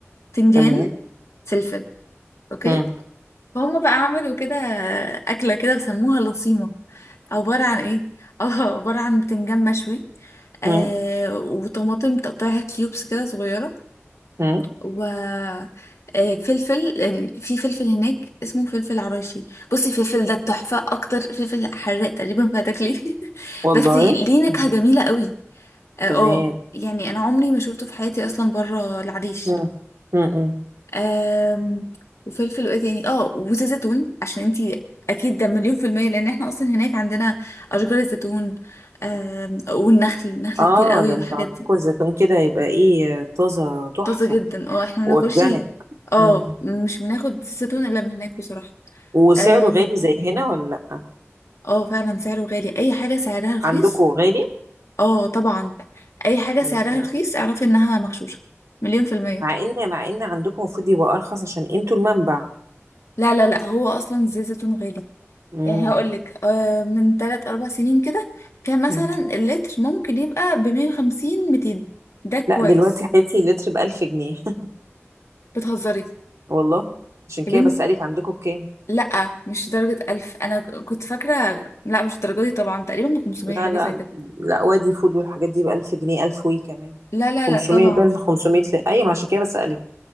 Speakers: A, on the left; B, on the right.
A: تنجان
B: تمام
A: فلفل اوكي
B: مم.
A: فهم بقى عملوا كده آه، اكلة كده وسموها لصيمة عبارة عن ايه <laughs> اه عبارة عن بتنجان مشوي آه
B: مم.
A: وطماطم تقطعها كيوبس كده صغيرة
B: مم.
A: و آه فلفل لأن في فلفل هناك اسمه فلفل عرايشي بصي الفلفل ده التحفة أكتر فلفل حراق تقريبا ما هتاكليه <laughs>
B: والله
A: بس ليه نكهة
B: مم.
A: جميلة قوي اه
B: تمام
A: آه، يعني أنا عمري ما شفته في حياتي أصلا بره العريش
B: مم. مم.
A: آم وفلفل وإيه تاني اه وزيت زيتون عشان انتي أكيد ده مليون في المية لأن احنا أصلا هناك عندنا أشجار الزيتون آم، والنخل نخل
B: اه
A: كتير قوي
B: ده انت
A: والحاجات
B: عندكم
A: دي
B: الزيتون كده يبقى ايه طازة تحفة
A: طازة جدا اه احنا
B: واورجانيك
A: بناكلش اه
B: مم.
A: مش بناخد زيتون الا من هناك بصراحة
B: وسعره
A: آم،
B: غالي زي هنا ولا لأ
A: اه فعلا سعره غالي اي حاجة سعرها رخيص
B: عندكم غالي
A: اه طبعا اي حاجة
B: يبقى-
A: سعرها رخيص اعرفي انها مغشوشة مليون في المية
B: مع ان مع ان عندكم المفروض يبقى ارخص عشان انتوا المنبع
A: لا لا لا هو اصلا زيت زيتون غالي
B: مم.
A: يعني هقولك آه من تلات اربع سنين كده كان مثلا
B: مم.
A: اللتر ممكن يبقى بمية وخمسين ميتين ده كويس
B: لا دلوقتي حياتي لتر بألف جنيه <laughs>
A: بتهزري
B: والله عشان كده
A: يا بنتي
B: بسألك عندكم بكام
A: لا مش درجة ألف أنا كنت فاكرة لا مش الدرجة دي طبعا تقريبا بخمسمية
B: لا
A: حاجة
B: لا
A: زي كده
B: لا وادي فود والحاجات دي بألف جنيه ألف وي كمان
A: لا لا
B: 500
A: لا طبعا
B: ده ال 500 ل... أيوة ما عشان كده بسألك